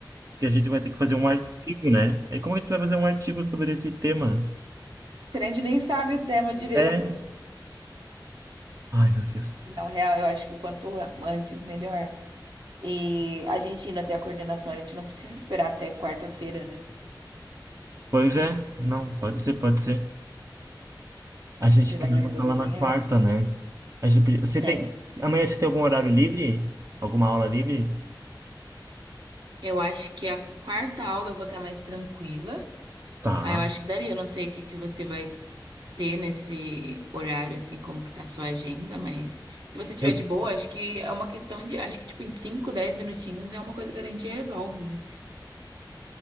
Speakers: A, on the right; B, on the right.
A: Que A gente vai ter que fazer um artigo, né? Aí como é que a gente vai fazer um artigo sobre esse tema?
B: A gente nem sabe o tema direito.
A: É. Ai, meu Deus.
B: Não, real, eu acho que quanto antes, melhor. E a gente indo até a coordenação, a gente não precisa esperar até quarta-feira, né?
A: Pois é, não, pode ser, pode ser. A gente
B: Já
A: tem
B: dá pra
A: aula
B: resolver bem
A: lá na quarta,
B: antes.
A: né? A gente podia- Você
B: Tem.
A: tem. Amanhã você tem algum horário livre? Alguma aula livre?
B: Eu acho que a quarta aula eu vou estar mais tranquila.
A: Tá.
B: Aí eu acho que daria. Eu não sei o que que você vai ter nesse horário, assim, como que tá a sua agenda, mas se você tiver
A: Eu
B: de boa, acho que é uma questão de, acho que, tipo, em 5 10 minutinhos é uma coisa que a gente resolve, né?